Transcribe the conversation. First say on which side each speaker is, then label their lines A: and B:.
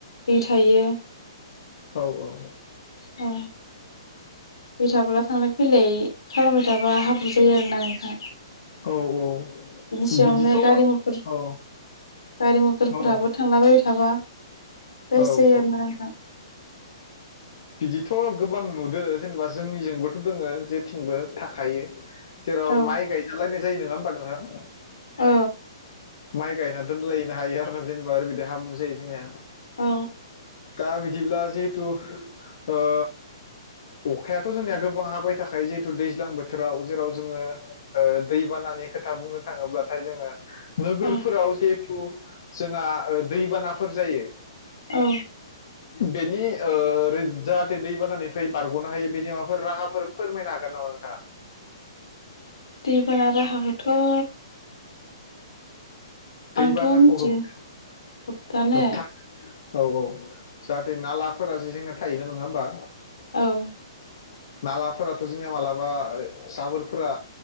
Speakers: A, on the left; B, on the left.
A: दै थायो।
B: औ औ।
A: <unintelligible> बे थाबोला थांलाय फैलाय खालामबाय थाब्ला हाब्रु जायो आरोना नोंथाङ।
B: औ औ।
A: बिनि सायावनो
B: बिदिथ' औ
A: गारि मर
B: औ
A: गारि मथरफोराबो
B: औ
A: थांलाबायबाय थाबा बे
B: औ
A: आरोना नोंथां।
B: बिदिथ' गोबां नुद जेनेबा जोंनिजोंबोथ' दोङो जेथिंबो थाखायो। जेराव
A: औ
B: माइ गायजालायनाय जायो नङा होमबा नोंथां?
A: औ।
B: माइ गायना दोनलायनो हायो आरो ना, ओरैबादि हाब्रु जायो जोंना।
A: औ
B: दा बिदिब्ला जिहथु आ अखायाथ' जोंनिया गोबां हाबाय थाखायो जिहेतु दैज्लां बोथोराव जेराव जोङो दैबानानि खोथा बुंनो थाङोब्लाथाय जोङो नोगोरफोराव
A: औ
B: जिहेथु जोंहा दैबानाफोर जायो।
A: औ।
B: बेनि ओ जाहाथे दै बानानानै फै बारग'नो हायो बेनि माबाफोर राहाफोर फोरमायनो हागोन नामा नोंथाङा?
A: दैबाना राहाखौथ'
B: दैबानाखौ
A: आंथ' मिथियो
B: होबथ
A: होबथानो
B: औ औ जाहाथे नालाफोरा जे जेंना थायोना नङा होमबा?
A: औ
B: नालाफोराथ' जोंनिया मालाबा जाबोरफोरा